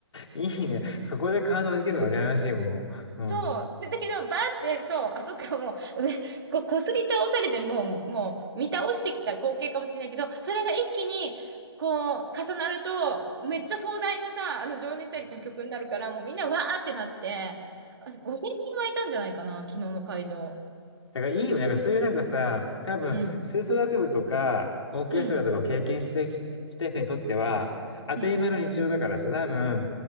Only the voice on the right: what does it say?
そう。でだけど、バーって、そう、あ、そっか、もう、でこ、こすり倒されて、もう、もう、見倒してきた光景かもしれないけど、それが一気に、こう、重なると、めっちゃ壮大なさ、あの、情熱大陸の曲になるから、
もうみんなわーってなって、あ5000人はいたんじゃないかな、昨日の会場。
うん。
うん。
うん。